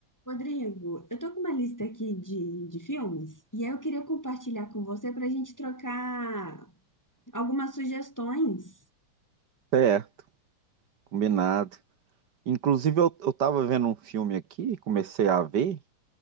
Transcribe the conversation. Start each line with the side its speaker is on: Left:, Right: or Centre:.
Centre: Rodrigo, eu tô com uma lista aqui de, de filmes e aí eu queria compartilhar com você para a gente trocar algumas sugestões.
Right: Certo, combinado. Inclusive, eu, eu tava vendo um filme aqui, comecei a ver,